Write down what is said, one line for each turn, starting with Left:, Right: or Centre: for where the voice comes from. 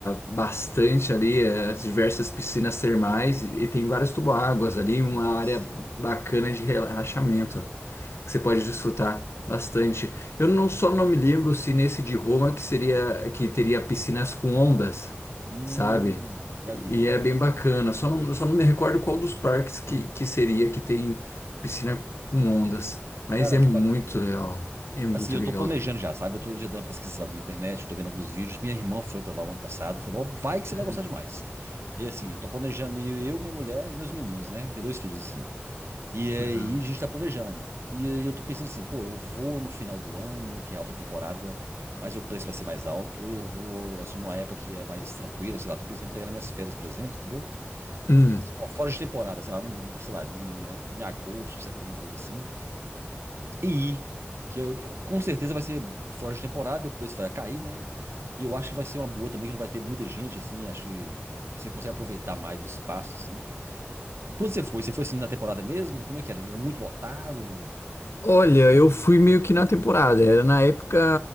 Left: bastante ali é, as diversas piscinas termais e, e tem várias tubo-águas ali, uma
Right: Nossa.
Left: área bacana de relaxamento que você pode desfrutar bastante. Eu não só não me lembro se nesse de Roma que seria que teria piscinas com ondas,
Right: Hum,
Left: sabe?
Right: já
Left: E
Right: vi também.
Left: é bem bacana. Só não, só não me recordo qual dos parques que, que seria que tem piscina com ondas, mas
Right: Cara,
Left: é
Right: que
Left: muito
Right: bacana.
Left: legal. É muito
Right: Assim, eu
Left: legal.
Right: tô planejando já, sabe? Eu tô já dando uma pesquisada na internet, eu tô vendo alguns vídeos. Minha irmã foi pra lá o ano passado, falou, ó, vai que você
Left: Hum,
Right: vai gostar demais. E assim, eu tô planejando ir eu, minha mulher e meus meninos, né? Eu tenho dois filhos, assim. E aí
Left: aham.
Right: a gente tá planejando. E aí eu tô pensando assim, pô, eu vou no final do ano, que é alta temporada, mas o preço vai ser mais alto, ou eu vou, assim, numa época que é mais tranquila, sei lá, tô pensando em pegar nas minhas férias, por exemplo, entendeu?
Left: Hum,
Right: Assim, uma fora de temporada, sei lá, um, sei lá, em em agosto, setembro, ali assim. E que eu- eu- com certeza vai ser fora de temporada, o preço vai cair, né? E eu acho que vai ser uma boa também, que não vai ter muita gente, assim, acho que você consegue aproveitar mais o espaço, assim. Quando você foi? Você foi assim na temporada mesmo? Como é que era? Era muito lotado?
Left: Olha, eu fui meio que na temporada. Era na época.